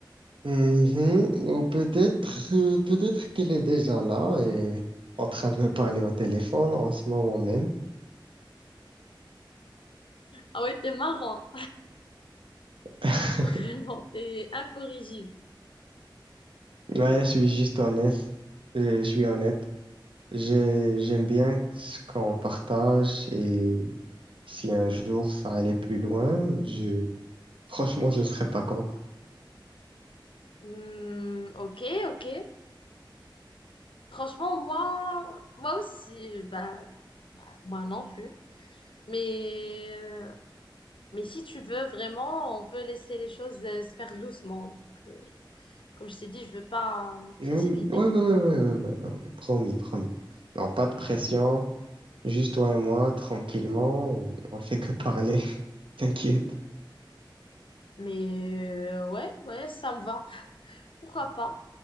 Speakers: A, on the right (about 85°); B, on the left (about 80°).
A: Mhm. Ou peut-être euh, peut-être qu'elle est déjà là et en train de me parler au téléphone en ce moment même.
B: Ah ouais, t'es marrant.
A: <laughs>
B: <laughs> Vraiment, t'es incorrigible.
A: Ouais, je suis juste honnête. Euh, Je suis honnête. J'ai- j'aime bien ce qu'on partage et si un jour ça allait plus loin, je <laughs> franchement je serais pas content.
B: Hmm, ok, ok. Franchement, moi moi aussi bah, bah, moi non plus. Mais euh, Mais si tu veux vraiment, on peut laisser les choses euh, se faire doucement. Donc, euh, comme je t'ai dit, je veux pas euh, me précipiter.
A: Je- Ouais, ouais, ouais, ouais, ouais, ouais, ouais, ouais. Promis, promis. Non, pas de pression. Juste toi et moi, tranquillement. On on fait que parler. <laughs> T'inquiète.
B: Mais euh, ouais, ouais, ça me va. Pourquoi pas?